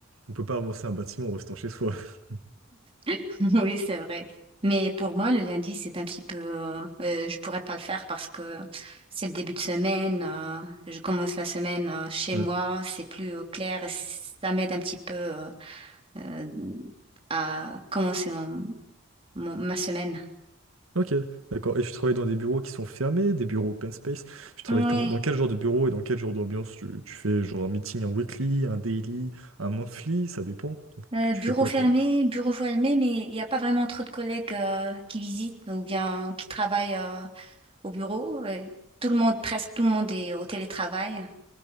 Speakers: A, on the right; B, on the right.
A: on peut pas avancer un bâtiment en restant chez soi. <laughs>
B: <laughs> Oui, c'est vrai. Mais pour moi, le lundi, c'est un petit peu... euh, euh, je pourrais pas le faire parce que c'est le début de semaine. euh, je commence la semaine euh, chez
A: Mm.
B: moi. C'est plus euh, clair. et Ça m'aide un petit peu euh, euh, à commencer mon, mon- ma semaine.
A: Ok, d'accord. Et tu travailles dans des bureaux qui sont fermés, des bureaux open space. Tu travailles
B: Ouais.
A: comment- dans quel genre de bureau et dans quel genre d'ambiance tu, tu fais genre un meeting, un weekly, un daily, un monthly, ça dépend. Donc,
B: Euh,
A: tu
B: bureau
A: fais quoi,
B: fermé,
A: toi?
B: bureau fermé, mais il n'y a pas vraiment trop de collègues euh, qui visitent ou bien qui travaillent euh, au bureau. Euh, Tout le monde, presque tout le monde est au télétravail.